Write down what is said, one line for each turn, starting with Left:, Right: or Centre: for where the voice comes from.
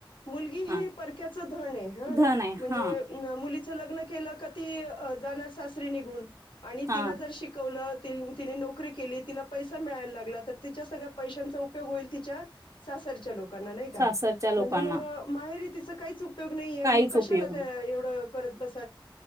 Left: मुलगी ही
Right: हा
Left: परक्याच धन आहे.
Right: धन
Left: म्हणजे
Right: हा
Left: नम मुलीच लग्न केलं का ती जाणार सासरी निघून, आणि
Right: हा
Left: तिला जर शिकवलं तिने नोकरी केली तिला पैसा मिळायला लागला तर तिच्या सगळ्या पैशांचा उपयोग होईल तिच्या सासरच्या लोक नाही का
Right: सासरच्या लोकांना
Left: म्हणजे मग माहेरी ती तिचं काहीच उप उपयोग नाहीये
Right: काहीच
Left: मग
Right: उपयोग
Left: त्याला त्या
Right: नाही.
Left: एवढं अ करत बस.